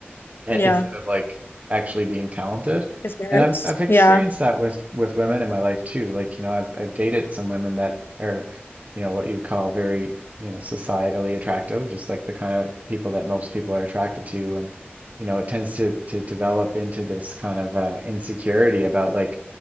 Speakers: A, on the right; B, on the left.
A: and
B: Yeah.
A: instead of like actually being talented.
B: His merits.
A: And I've I've experienced
B: Yeah.
A: that with with women in my life too. Like, you know, I've I've dated some women that are, you know, what you would call very, you know, societally attractive, just like the kind of people that most people are attracted to. And you know, it tends to to develop into this kind of uh, insecurity about like,